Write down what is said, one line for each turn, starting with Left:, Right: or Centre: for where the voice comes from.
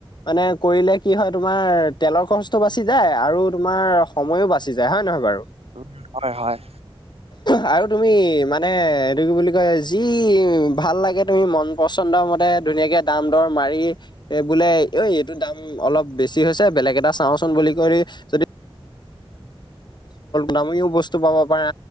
Left: মানে। কৰিলে কি হয় তোমাৰ তেলৰ খৰচটো বাচি যায় আৰু তোমাৰ সময়ো বাচি যায় হয় নহয় বাৰু
Right: উ হয় হয়।
Left: আৰু তুমি মানে এইটো কি বুলি কয় যি ভাল লাগে তুমি মন পচন্দ মতে ধুনীয়াকে দাম দৰ মাৰি এ বোলে এই দাম অলপ বেছি হৈছে বেলেগ এটা চাওঁচোন বুলি কয় যদি দামিও বস্তু পাব পাৰা